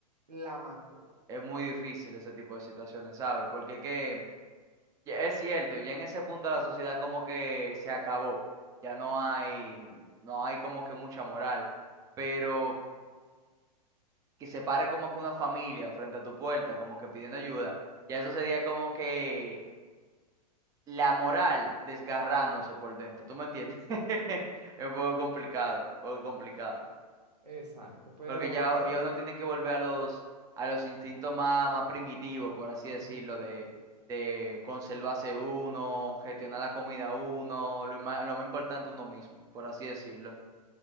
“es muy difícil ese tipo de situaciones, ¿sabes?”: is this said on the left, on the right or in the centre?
Right